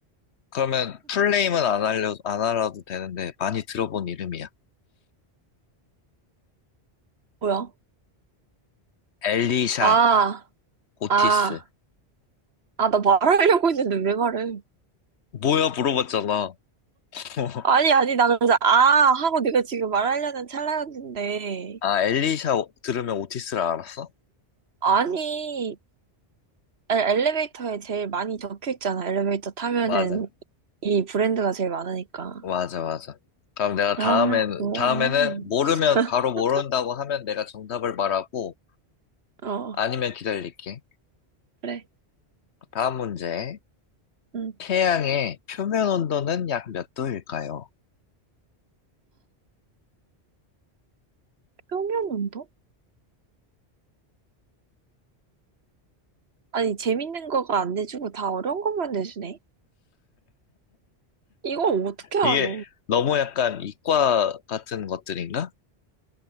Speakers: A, on the left; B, on the right.
A: 그러면 풀네임은 안 알려, 안 알아도 되는데 많이 들어본 이름이야.
B: 뭐야?
A: 엘리샤,
B: 아,
A: 오티스.
B: 아, 아, 나 말하려고 했는데 왜 말을?
A: 뭐야 물어봤잖아. <laughs>
B: 아니, 아니, 나 그래서 아! 하고 네가 지금 말하려는 찰나였는데.
A: 아, 엘리샤 오- 들으면 오티스를 알았어?
B: 아니, 에- 엘리베이터에 제일 많이 적혀 있잖아. 엘리베이터 타면은
A: 맞아.
B: 이 브랜드가 제일 많으니까.
A: 맞아, 맞아. 그럼 내가
B: 아,
A: 다음엔,
B: 뭐야.
A: 다음에는 모르면
B: <laughs>
A: 바로 모른다고 하면 내가 정답을 말하고
B: 어,
A: 아니면 기다릴게.
B: 그래.
A: 다음 문제.
B: 응.
A: 태양의 표면 온도는 약 몇 도일까요?
B: 평면 운동? 아니, 재밌는 거가 안 내주고 다 어려운 것만 내주네. 이걸 어떻게 알아?
A: 이게 너무 약간 이과 같은 것들인가?